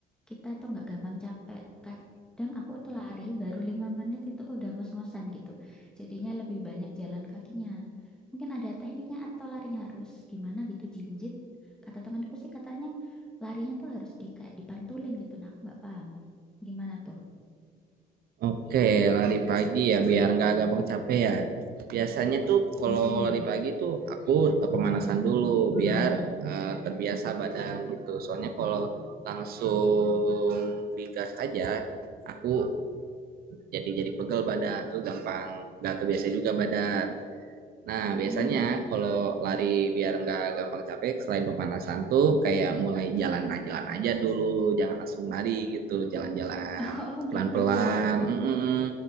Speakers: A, in the centre; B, on the right (about 65°).
A: kita tuh nggak gampang capek. Kadang aku itu lari baru lima menit itu udah ngos-ngosan gitu. Jadinya lebih banyak jalan kakinya. Mungkin ada tekniknya atau larinya harus gimana gitu, jinjit. Kata temanku sih katanya larinya tuh harus di kayak dipantulin gitu. Nah, aku nggak paham. Gimana tuh?
B: Oke, lari pagi ya biar nggak gampang capek ya. Biasanya tuh kalau
A: Mm-mm.
B: lari pagi tuh aku pemanasan dulu biar eh, terbiasa badan gitu. Soalnya kalau langsung digas aja aku jadi jadi pegel badan tuh gampang nggak kebiasa juga badan. Nah,
A: Mm-mm.
B: biasanya kalau lari biar nggak gampang capek, selain pemanasan tuh kayak mulai jalan jalan aja dulu, jangan langsung lari gitu, jalan-jalan
A: <laughs> Oh
B: pelan-pelan.
A: gitu. Oke.
B: Mm-mm.